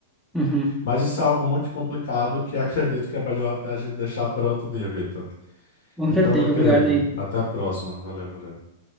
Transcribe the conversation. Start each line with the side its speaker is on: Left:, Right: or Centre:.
Centre: Uhum.
Left: Mas isso é algo muito complicado que acredito que é melhor até a gente deixar para outro dia, Vitor.
Centre: Com
Left: Então,
Centre: certeza,
Left: meu querido,
Centre: obrigado aí.
Left: até a próxima. Valeu, valeu.